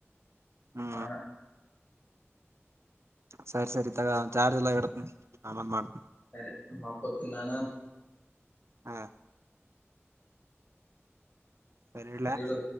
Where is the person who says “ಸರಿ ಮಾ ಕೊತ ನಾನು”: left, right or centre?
Left